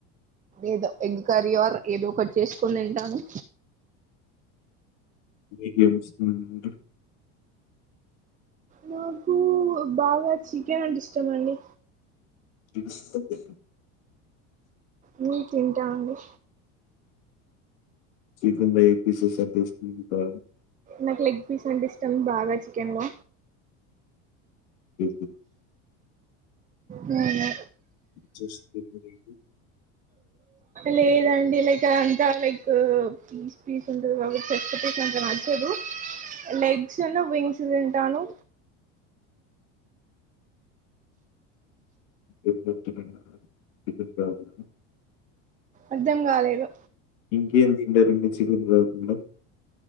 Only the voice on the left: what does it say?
మీకు ఏం ఇష్టం అండి
ఓకే
చికెన్ లో ఏం పీసెస్ అంటే ఇష్టం ఇంకా
చికెన్
చెస్ట్ <unintelligible>
<unintelligible>
ఇంకేం తిన్నారు అండి చికెన్ కాకుండా